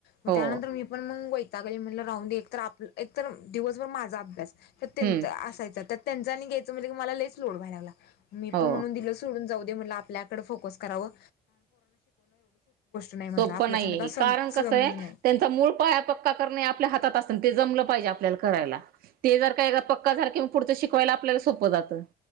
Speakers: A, on the left; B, on the right.
A: म
B: हो
A: त्यानंतर मी पण मंग वै जाग आली म्हणलं राहून दे एक तर आप एक तर दिवसभर माझा अभ्यास त त्यांचा
B: हम्म
A: असायचा त्या त्यांच आनी घ्यायचं म्हणजे की मला लईच लोड व्हाय लागला मी पण
B: हो
A: म्हणून दिल सोडून जाऊ ते म्हणलं आपल्याकडं फोकस करावं. नाही म्हटलं
B: सोपप
A: आपल्याच्यान
B: नाहीये
A: का सम
B: कारण कसय
A: समज नाही.
B: त्यांचा मूळ पाया पक्का करणे आपल्या हातात अस पण ते जमलं पाहिजे आपल्याला करायला ते जर का एकदा पक्का झालं कि मग पुढचं शिकवायला आपल्याला सोप्प जातं.